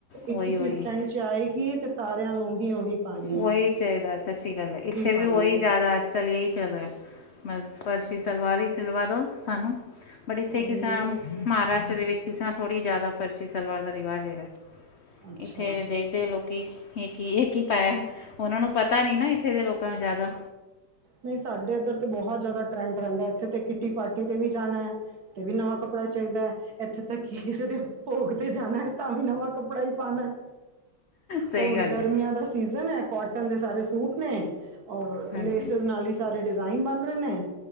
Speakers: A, on the left (about 70°); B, on the right (about 60°).
A: ਉਹੀ
B: ਇੱਕ ਚੀਜ਼
A: ਉਹੀ
B: ਟ੍ਰੈਂਡ ਚ ਆਏਗੀ ਤੇ ਸਾਰਿਆਂ ਨੂੰ ਉਹੀ ਪਾਉਣੀ
A: ਉਹੀ
B: ਹੈ
A: ਚਾਹੀਦਾ ਸੱਚੀ ਗੱਲ ਹੈ। ਇੱਥੇ ਵੀ
B: ਪਾਉਣੀ
A: ਉਹੀ
B: ਹੈ
A: ਜ਼ਿਆਦਾ ਅੱਜ-ਕੱਲ੍ਹ ਇਹੀ ਚੱਲ ਰਿਹਾ ਬਸ ਫਰਸ਼ੀ ਸਲਵਾਰ ਹੀ ਸਿਲਵਾ ਦੋ। ਸਾਨੂੰ ਬਟ ਇੱਥੇ
B: ਉਹੀ
A: ਕਿਸਾ
B: ਉਹਨੇ
A: ਮਹਾਰਾਸ਼ਟਰ ਦੇ ਵਿੱਚ ਕਿਸਾ ਥੋੜ੍ਹੀ ਜ਼ਿਆਦਾ ਫਰਸੀ਼ ਸਲਵਾਰ ਦਾ ਰਿਵਾਜ ਹੈਗਾ
B: ਅੱਛਾ
A: ਇੱਥੇ ਦੇਖਦੇ ਲੋਕੀ ਏਕੀ ਇੱਹ ਕੀ ਪਾਇਆ ਉਹਨਾਂ ਨੂੰ ਪਤਾ ਨੀ ਨਾ ਇੱਥੇ ਦੇ ਲੋਕਾਂ ਨੂੰ ਜ਼ਿਆਦਾ
B: ਨਹੀਂ ਸਾਡੇ ਇੱਧਰ ਤੇ ਬਹੁਤ ਜ਼ਿਆਦਾ ਟਰੈਂਡ ਰਹਿੰਦਾ ਇੱਥੇ ਤੇ ਕਿਟੀ ਪਾਰਟੀ ਤੇ ਵੀ ਜਾਣਾ ਹੈ ਤੇ ਵੀ ਨਵਾਂ ਕੱਪੜਾ ਚਾਹੀਦਾ ਇੱਥੇ ਤੇ ਕਿਸੇ ਦੇ ਭੋਗ ਤੇ ਜਾਣਾ ਹੈ ਤਾਂ ਵੀ ਨਵਾਂ ਕੱਪੜਾ ਹੀ ਪਾਣੈ
A: ਸਹੀ
B: ਉਹ
A: ਗੱਲ
B: ਗਰਮੀਆਂ
A: ਹੈ
B: ਦਾ ਸੀਜਨ ਹੈ ਕੋਟ ਕੋਟਨ ਦੇ ਸਾਰੇ ਸੂਟ ਨੇ ਔਰ
A: ਹਾਂਜੀ
B: ਲੇਸ ਨਾਲ ਹੀ ਸਾਰੇ ਡਿਜ਼ਾਇਨ ਬਣ ਰਹੇ ਨੇ